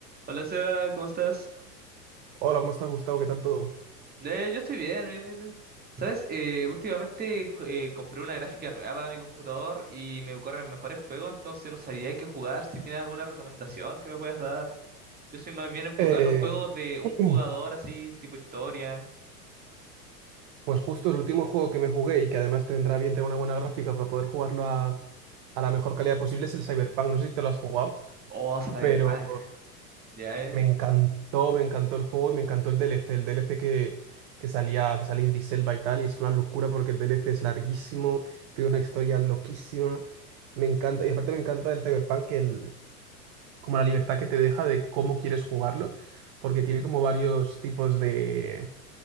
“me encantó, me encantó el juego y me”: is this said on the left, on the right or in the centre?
Right